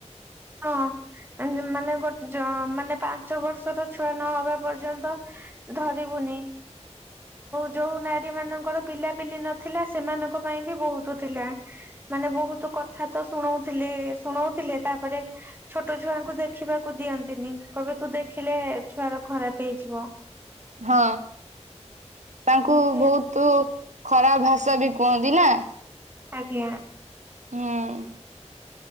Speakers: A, on the right (about 15°); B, on the right (about 80°).
A: ହଁ ମାନେ ଗୋଟେ ଜ ଗୋଟେ ମାନେ ପାଞ୍ଚ ବର୍ଷର ଛୁଆ ନହବା ପର୍ଯ୍ୟନ୍ତ ଧରିବୁନି।
B: <inaudible>
A: ଯଉ ନାରୀ ମାନଙ୍କର ପିଲାପିଲି ନଥିଲା, ସେମାନଙ୍କ ପାଇଁ ବି ବହୁତ। ତୁ ଥିଲା, ମାନେ ବହୁତ କଥା ତ ଶୁଣଉଥିଲେ, ଶୁଣଉଥିଲେ, ତାପରେ ଛୋଟ ଛୁଆଙ୍କୁ ଦେଖିବାକୁ ଦିଅନ୍ତିନି, କହିବେ ତୁ ଦେଖିଲେ ଛୁଆର ଖରାପ ହେଇଯିବ।
B: ହଁ ତାଙ୍କୁ
A: ଏମତି
B: ବୋହୁତ।
A: ଆଉ
B: ତୁ ଖରାପ ଭାଷା ବି କୁହନ୍ତି ନା।
A: ଆଜ୍ଞା।
B: ହୁଁ,